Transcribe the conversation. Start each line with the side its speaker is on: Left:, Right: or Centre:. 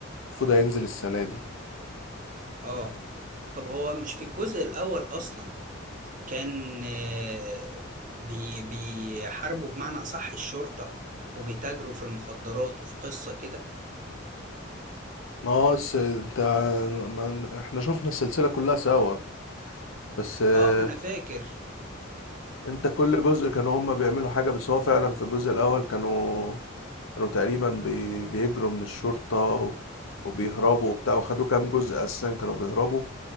Left: المفروض هينزل السنة دي
Right: اه طب هو مش في الجزء الاول اصلا كان آه، بي بيحاربوا بمعنى اصح الشرطه وبيتاجروا في المخدرات وفي قصه كده
Left: ما هو س- انت ما احنا شفنا السلسلة كلها سوا بس آه،
Right: اه ما انا فاكر
Left: انت كل جزء كانوا هم بيعملوا حاجة بس هو فعلا في الجزء الاول كانوا كانوا تقريبا بي... بيجروا من الشرطة و... وبيهربوا وبتاع وخدوا كام جزء اساسا كانوا بيهربوا